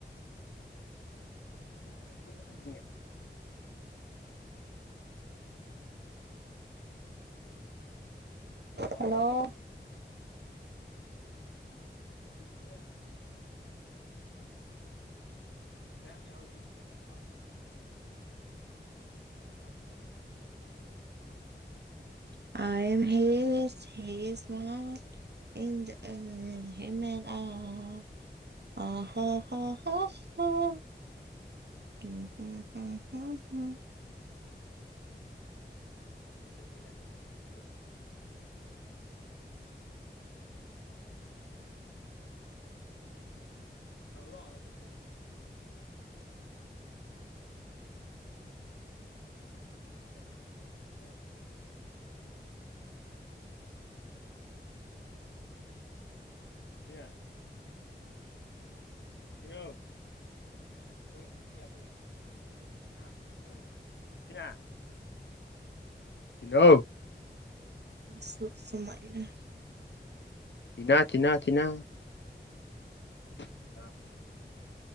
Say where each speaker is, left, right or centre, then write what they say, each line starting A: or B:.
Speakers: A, on the left (about 90°); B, on the right (about 70°).
A: <unintelligible> <unintelligible>
B: ꯍꯜꯂꯣ
A: <unintelligible> <unintelligible> <unintelligible>
B: <unintelligible> <unintelligible> <unintelligible>
A: <inaudible> <unintelligible> <inaudible> ꯁꯤꯅ ꯀꯤꯅꯣ <unintelligible> ꯀꯤꯅꯣ
B: ꯁꯨ ꯁꯨꯃꯥꯏꯗꯤ
A: ꯏꯅꯥ ꯊꯤꯅ ꯊꯤꯅ <unintelligible>